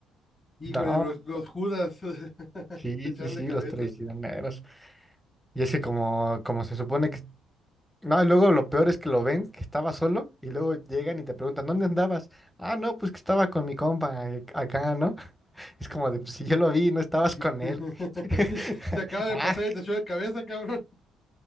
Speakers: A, on the left; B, in the centre.
A: Híjole,
B: No,
A: los, los Judas <laughs>
B: sí,
A: te echan
B: sí, sí,
A: de cabeza.
B: los traicioneros. Y es que como, como se supone que... No, y luego lo peor es que lo ven, que estaba solo, y luego llegan y te preguntan, ¿dónde andabas? Ah, no, pues que estaba con mi compa eh, acá, ¿no? <laughs> Es como de, pues si yo lo vi, no estabas con
A: <laughs>
B: él. <laughs>
A: Se acaba de
B: Ah,
A: pasar y te echó de cabeza, cabrón.